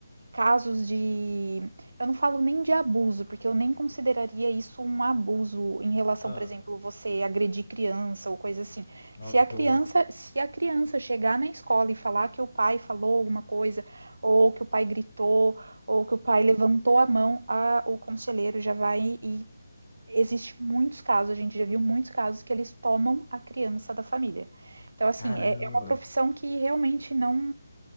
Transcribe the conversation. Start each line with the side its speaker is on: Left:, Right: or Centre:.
Right: casos de. Eu não falo nem de abuso, porque eu nem consideraria isso um abuso em relação,
Left: Ah,
Right: por exemplo, você agredir criança ou coisa assim.
Left: nossa,
Right: Se a
Left: que
Right: criança,
Left: horror.
Right: se a criança chegar na escola e falar que o pai falou alguma coisa, ou que o pai gritou, ou que o pai levantou a mão, a- o conselheiro já vai e existe muitos casos, a gente já viu muitos casos que eles tomam a criança da família. Então, assim,
Left: Caramba.
Right: é é uma profissão que realmente não